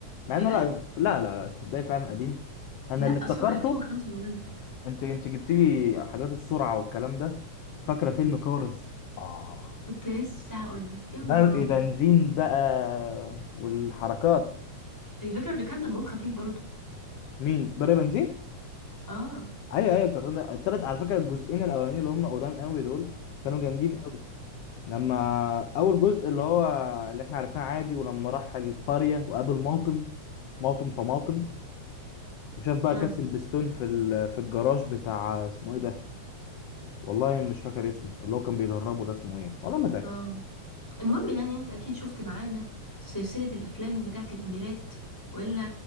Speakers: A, on the left (about 65°); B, in the centre.
A: مع
B: بجد
A: انه لا لا لا لا، تصدقي فعلا قديم انا
B: لا
A: اللي
B: اصلا
A: افتكرته
B: أنا 2005 بقول لك
A: انت انت جبت لي حاجات السرعه والكلام ده فاكره فيلم كارز اه
B: كنت لسه هقول لك يا نهار
A: برق
B: ابيض
A: بنزين بقى والحركات
B: الفكره ان كان دمهم خفيف برضو
A: مين برق بنزين
B: اه
A: ايوه ايوه الكرتون ده التلات على فكره الجزئين الاولانيين اللي هم قدام قوي دول كانوا جامدين لما اول جزء اللي هو اللي احنا عرفناه عادي ولما راح القرية وقابل ماطم ماطم طماطم وشاف بقى
B: امم
A: كاس البستون في ال- في الجراج بتاع اسمه ايه ده والله مش فاكر اسمه اللي هو كان بيدربه ده اسمه ايه والله ما فاكر
B: اه المهم يعني انت اكيد شفت معانا سلسلة الافلام بتاعت الاميرات والا